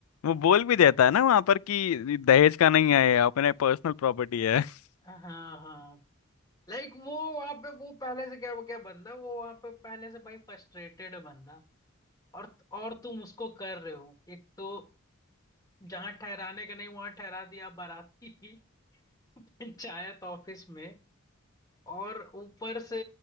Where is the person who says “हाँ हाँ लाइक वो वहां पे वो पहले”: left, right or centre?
Left